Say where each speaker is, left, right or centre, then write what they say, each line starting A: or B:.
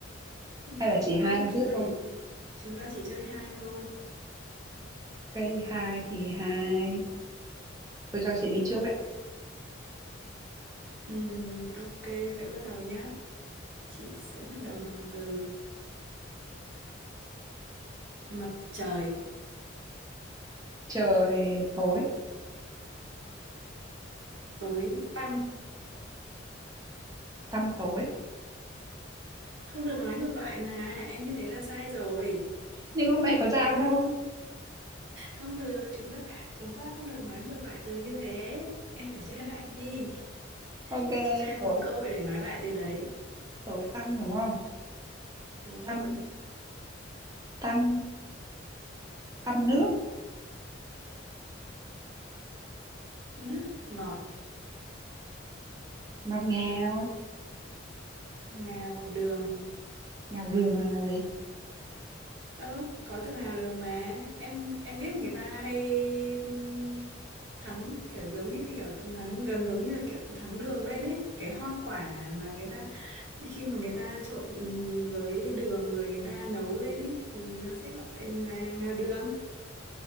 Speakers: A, on the right; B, on the right.
A: Ừ,
B: Hay là chỉ
A: Không,
B: hai âm tiết
A: chúng ta
B: thôi?
A: chỉ chúng ta chỉ chơi hai thôi.
B: Ok, hai thì hai. Tôi cho chị đi trước đấy.
A: Ừm, ok, vậy bắt đầu nhá. Chị sẽ bắt đầu bằng từ mặt trời
B: Trời tối,
A: tối tăm.
B: tăm tối.
A: Không được nói ngược lại mà, em như thế là sai rồi.
B: Nhưng lúc này có dao đâu.
A: Không được, chúng ta chúng ta không được nói ngược lại từ như thế. Em phải chơi lại đi.
B: ok
A: Chị cho em
B: tối
A: một cơ hội để nói lại từ đấy.
B: tối tăm đúng không
A: Đúng
B: tăm
A: rồi.
B: tăm tăm nước
A: Nước ngọt
B: ngọt ngào
A: ngào đường.
B: ngào đường là ngào gì
A: Ờ, có từ nào đường mà em em biết người ta hay ừm, thắng kiểu giống như cái kiểu thắng gần giống như là kiểu thắng đường lên ấy cái hoa quả mà người ta khi mà người ta trộn ừm, với đường rồi người ta nấu lên ấy thì nó sẽ gọi là ngao đường